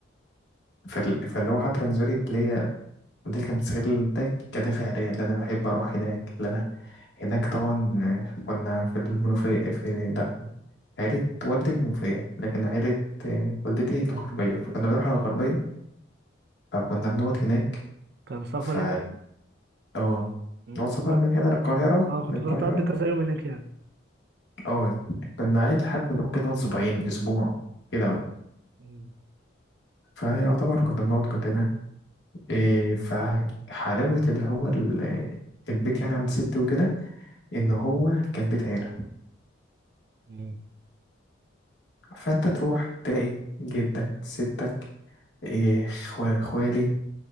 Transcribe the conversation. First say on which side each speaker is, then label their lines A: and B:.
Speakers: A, on the left; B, on the right.
A: فال... فاللي هو حتى كان بالنسبة لي اللي هي والدتي كانت بتستغل ده كدافع ليا اللي أنا بحب أروح هناك اللي أنا هناك طبعا كنا في المنوفية في لأ عيلة والدي منوفية لكن عيلة آه، والدتي الغربية فكنا بنروح على الغربية فكنا بنقعد هناك
B: كان سفر
A: ف
B: يعني؟
A: اه
B: مم، كنت
A: هو سفر
B: بتروح
A: من هنا للقاهرة
B: اه كنت
A: من القاهرة
B: بتروح تقضي كذا يوم هناك يعني
A: اه كنا أقل حاجة كنا ممكن نقعد أسبوعين أسبوع كده بقى
B: مم.
A: فيعتبر كنا بنقعد كلنا إيه فحلاوة اللي هو ال- البيت يعني عند ستي وكده إن هو كان بيت عيلة
B: مم.
A: فأنت تروح تلاقي جدك ستك إيه، خوا- خوالي